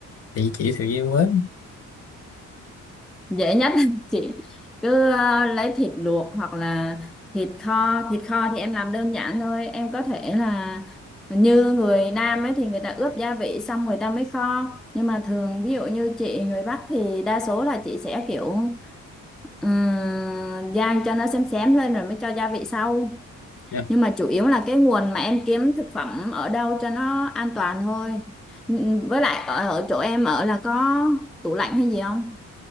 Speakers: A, on the left (about 50°); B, in the centre.
A: thì chị giới thiệu với em với
B: dễ nhất <laughs> chị cứ ờ, lấy thịt luộc hoặc là thịt kho thịt kho thì em làm đơn giản thôi em có thể là như người Nam ấy thì người ta ướp gia vị xong người ta mới kho nhưng mà thường ví dụ như chị người Bắc thì đa số là chị sẽ kiểu ừm, rang cho nó xém xém lên rồi mới cho gia vị sau
A: dạ
B: nhưng mà chủ yếu là cái nguồn mà em kiếm thực phẩm ở đâu cho nó an toàn thôi Ừm, với lại ở, ở chỗ em ở là có tủ lạnh hay gì không